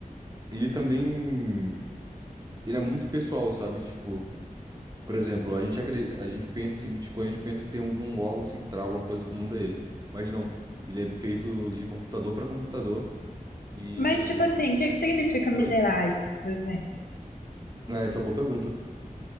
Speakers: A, on the right; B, on the left.
A: Ele também, ele é muito pessoal, sabe? Tipo Por exemplo, a gente, acre- a gente pensa assim, Bitcoin, a gente pensa que tem algum órgão central, alguma coisa que comanda ele. Mas não, ele é feito de computador para computador e...
B: Mas, tipo assim, o que que significa minerar
A: Oi?
B: isso, por exemplo?
A: Ah, essa é uma boa pergunta.